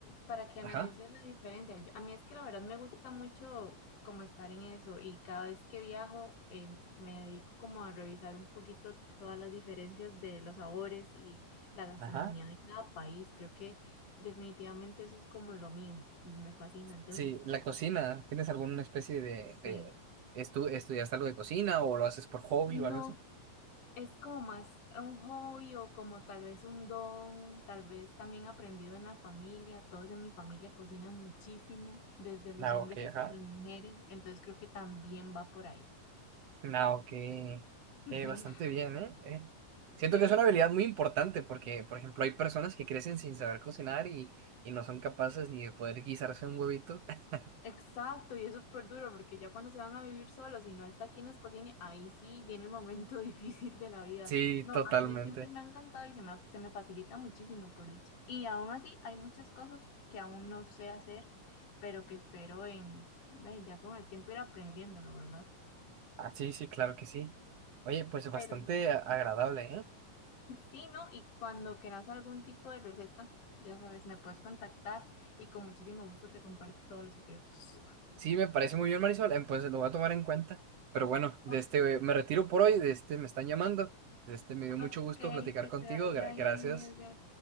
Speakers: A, on the left; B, on the right.
A: para que analices
B: Ajá.
A: la diferencia. Yo- a mí es que la verdad me gusta mucho como estar en eso y cada vez que viajo em, me dedico como a revisar un poquito todas las diferencias de los sabores y la gastronomía
B: Ajá.
A: de cada país. Creo que definitivamente eso es como lo mío, me fascina. Entonces,
B: Sí, la cocina. ¿Tienes alguna especie de,
A: sí.
B: de estu- estudiaste algo de cocina o lo haces por hobby
A: No,
B: o algo así?
A: Es como más un hobby o como tal vez un don, tal vez también aprendido en la familia. Todos en mi familia cocinan muchísimo, desde los
B: Ah,
A: hombres
B: ok,
A: hasta
B: ajá.
A: las mujeres, entonces creo que también va por ahí.
B: Ah, ok. Eh,
A: <laughs>
B: bastante bien, ¿eh? Eh, Siento
A: Sí,
B: que es una habilidad
A: sí.
B: muy importante porque, por ejemplo, hay personas que crecen sin saber cocinar y, y no son capaces ni de poder guisarse un huevito. <laughs>
A: Exacto, y es súper duro porque ya cuando se van a vivir solos y no está aquí en les cocine, ahí sí viene el momento <laughs> difícil de la vida.
B: Sí,
A: No,
B: totalmente.
A: a mí siempre me ha encantado y se me, ha- se me facilita muchísimo por dicha. Y aún así hay muchas cosas que aún no sé hacer, pero que espero en, ay, ya con el tiempo ir aprendiéndolo, ¿verdad?
B: Ah, sí, sí, claro que sí. Oye, pues bastante
A: Pero
B: a- agradable, ¿eh?
A: sí, ¿no? Y cuando quieras algún tipo de receta, ya sabes, me puedes contactar y con muchísimo gusto te comparto todos los secretos.
B: Sí, me parece muy bien, Marisol. eh, Pues lo voy a tomar en cuenta. Pero bueno, de
A: Oh,
B: este eh, me retiro por hoy, de este me están llamando. De este me dio
A: Ok,
B: mucho gusto platicar
A: que
B: contigo.
A: te vaya
B: gra-
A: bien,
B: gracias.
A: Edgar.